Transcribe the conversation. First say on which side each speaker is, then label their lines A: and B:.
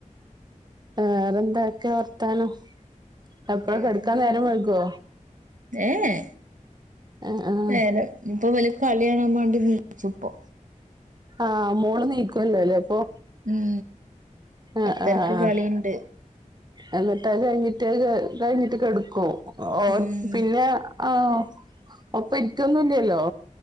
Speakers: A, on the right; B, on the right.
A: വേറെന്താക്കെ വർത്താനം? എപ്പളാ
B: വേറെന്താ
A: കെടക്കാൻ നേരം
B: അങ്ങനെ
A: വെഴ്കോ?
B: ഏ ഏ
A: ആഹ് ആഹ്
B: നേരെ ഇഞ്ഞിപ്പൊ ഇവല് കളിയാണാൻ മാണ്ടി നീച്ചും ഇപ്പൊ.
A: ആഹ് മോള് നീക്കുവല്ലോലെ അപ്പൊ?
B: ഉം
A: ആഹ്
B: പത്തരക്ക്
A: ആഹ്
B: കളി ഇണ്ട്.
A: എന്നിട്ട് അത് കഴിഞ്ഞിട്ട് കഴിഞ്ഞിട്ട് കെടക്കും ഓ
B: ഉം
A: പിന്നെ ആഹ് ഒപ്പ ഇരിക്കൊന്നുല്ലല്ലോ